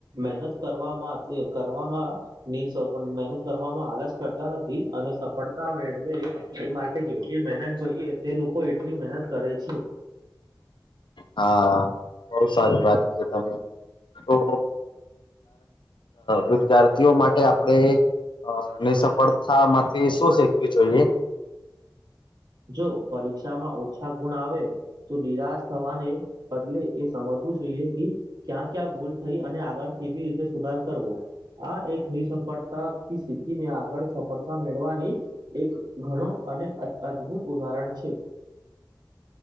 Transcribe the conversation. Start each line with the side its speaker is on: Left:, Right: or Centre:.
Right: મહેનત કરવામાં કરવામાં નહી પણ મહેનત કરવામાં આલસ કરતા નથી અને સફળતા મેળવે એ માટે જેટલી મહેનત જોઈએ તે લોકો એટલી મહેનત કરે છે.
Left: હા બહ સારી વાત કરીએ તમે તો વિદ્યાર્થીઓ માટે આપણેે વડથામાંથી શું શીખવી જોઈએ?
Right: જો પરીક્ષામાં ઓછા ગુણ આવે તો નિરાશ થવાને બદલે એ સમજવું જોઈએ કે ક્યાં ક્યાં ભૂલ થઈ અને આગળ કેવી રીતે સુધાર કરવો? આ એક નિસફળતાથી શીખીને આગળ સફળતા મેળવાની એક ઘણો અને અદભુત ઉદાહરણ છે.